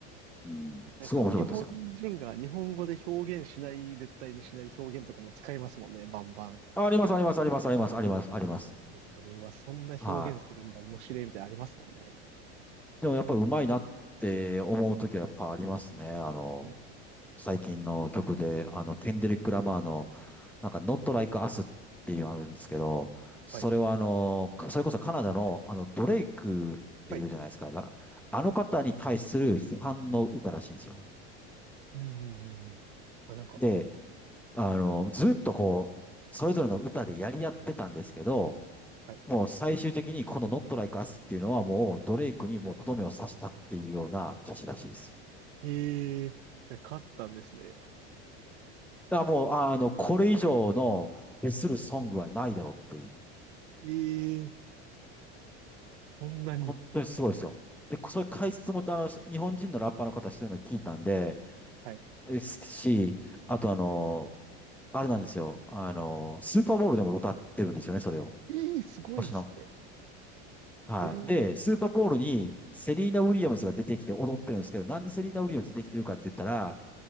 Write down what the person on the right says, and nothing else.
なんか、
日本人が日本語で表現しない、絶対にしない表現とかも使いますもんね、バンバン。
そうですよね。うわ、そんな表現するんだ、
面白いみたいなのありますもんね。
うんうん。
はい、
はい。
うんうんうんうん。あ、なんか、
はい。
えー、じゃあ勝ったんですね。
えー、そんなに。
はい。
えー、すごいですね。
ええはい。